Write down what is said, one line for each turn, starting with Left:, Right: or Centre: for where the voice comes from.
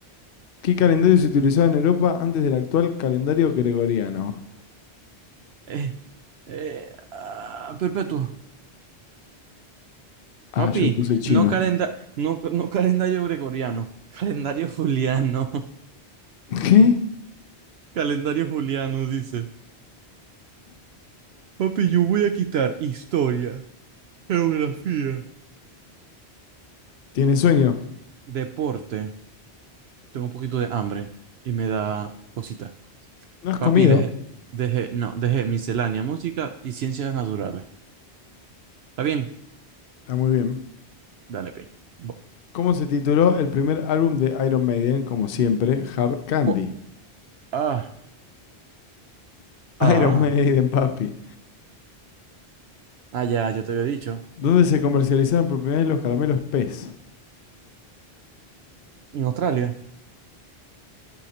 Left: ¿Qué calendario se utilizaba en Europa antes del actual calendario gregoriano?
Right: Eh, eh, ah, perpetuo.
Left: Ah,
Right: Papi,
Left: yo puse chino.
Right: no, calenda no, no <laughs> calendario gregoriano, calendario juliano. <laughs>
Left: <laughs> ¿Qué?
Right: Calendario juliano dice. Papi, yo voy a quitar historia, geografía,
Left: ¿Tienes sueño?
Right: deporte. Tengo un poquito de hambre y me da cosita.
Left: ¿No has
Right: Papi,
Left: comido?
Right: dejé, dejé, no, dejé miscelánea, música y ciencias naturales. ¿Está bien?
Left: Está muy bien.
Right: Dale, pi. Bo-
Left: ¿Cómo se tituló el primer álbum de Iron Maiden? Como siempre, Hard Candy.
Right: co- Ah,
Left: <laughs>
Right: ah,
Left: Iron Maiden,
Right: ah,
Left: papi.
Right: Ah, ya, yo te había dicho.
Left: ¿Dónde se comercializaron por primera vez los caramelos Pez.
Right: En Australia,